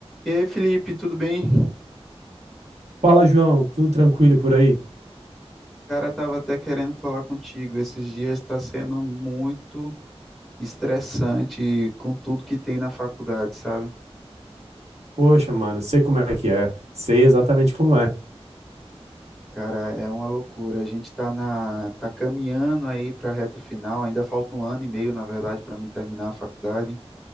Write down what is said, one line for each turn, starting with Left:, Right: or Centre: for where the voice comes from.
Centre: E aí, Felipe, tudo bem?
Right: Fala, João, tudo tranquilo por aí?
Centre: Cara, tava até querendo falar contigo. Esses dias está sendo muito estressante com tudo que tem na faculdade, sabe?
Right: Poxa, mano, sei como é que é. Sei exatamente como é.
Centre: Cara, é uma loucura. A gente tá na, tá caminhando aí para a reta final. Ainda falta um ano e meio, na verdade, para mim terminar a faculdade.